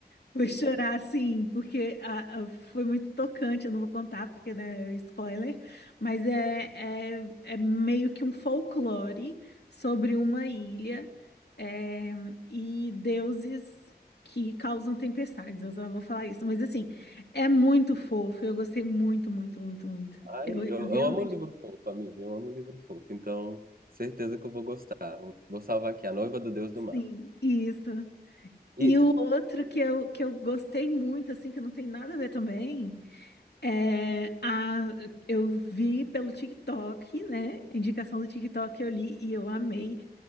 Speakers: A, on the left (about 80°); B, on the right (about 60°).
A: Foi chorar, sim, porque a- a- foi muito tocante. Eu não vou contar, porque, né, é spoiler. Mas é, é, é meio que um folclore sobre uma ilha, é, e deuses que causam tempestades. Eu só vou falar isso. Mas, assim, é muito fofo. Eu gostei muito, muito, muito, muito.
B: Ai,
A: Eu,
B: eu,
A: eu realmente.
B: eu amo livro fofo, amigo. Eu amo livro fofo. Então, certeza que eu vou gostar. Vou, vou salvar aqui, A Noiva do Deus do Mar.
A: Sim, isso.
B: E,
A: E o outro que eu, que eu gostei muito, assim, que não tem nada a ver também. É, a, eu vi pelo TikTok, né? Indicação do TikTok eu li e eu amei,